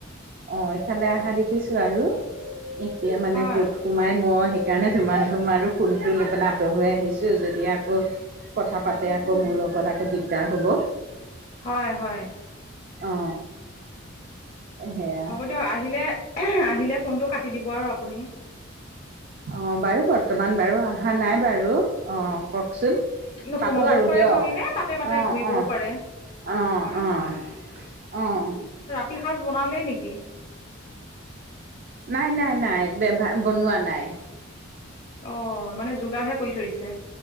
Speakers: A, on the right; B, on the left.
A: অঁ এইফালে অহা দেখিছো আৰু। এতিয়া মানে
B: হয়
A: কত সোমাই মই সেইকাৰণে ধুমা ধুম আৰু ফুলটো লৈ পেলাই আঁতৰ হৈ আহিছোঁ। যদি আকৌ কথা পাতে আকৌ মোৰ লগত আকৌ দিগদাৰ হ'ব।
B: হয় হয়।
A: অ সেয়া।
B: হ'ব দিয়ক আহিলে এঁহে আহিলে ফোনটো কাটি দিব আৰু আপুনি।
A: অঁ বাৰু বৰ্তমান বাৰু অহা নাই বাৰু, অঁ কওকচোন?
B: নোসোমাবও
A: পাতো আৰু
B: পাৰে
A: দিয়,
B: ধৰক এনে বাটে বাটে
A: অঁ
B: ঘূৰিবও
A: অঁ।
B: পাৰে
A: অঁ
B: হয়
A: অঁ, অঁ।
B: তি সাঁজ বনালেই নেকি?
A: নাই নাই নাই বেভা বনোৱা নাই।
B: অঁ মানে যোগাৰহে কৰি থৈ দিছে।